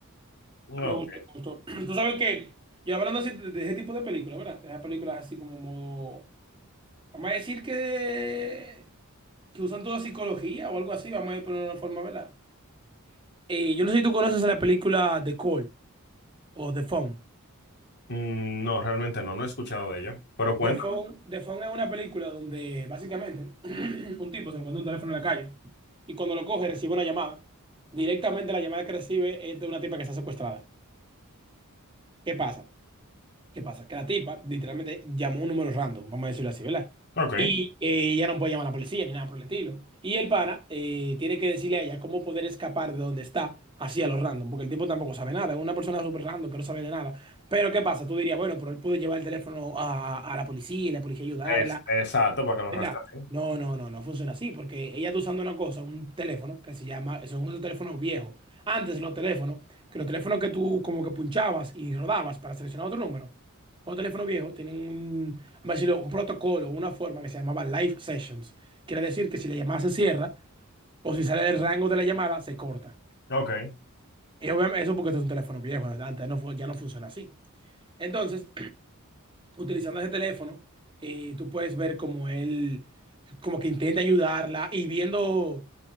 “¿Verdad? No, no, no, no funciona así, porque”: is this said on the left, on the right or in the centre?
Right